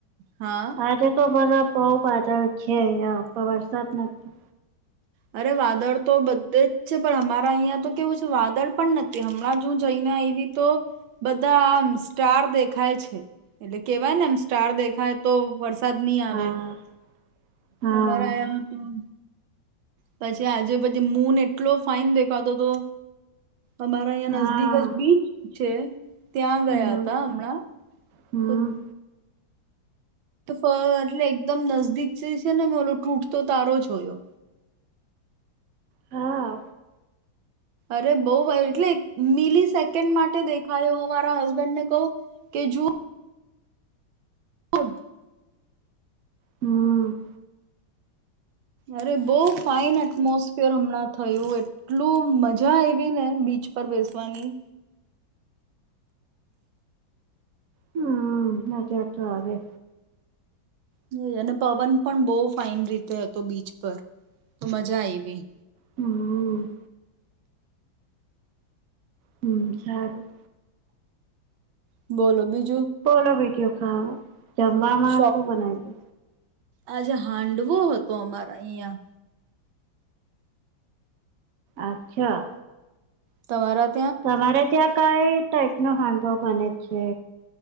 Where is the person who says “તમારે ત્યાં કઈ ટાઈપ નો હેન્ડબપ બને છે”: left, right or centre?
Right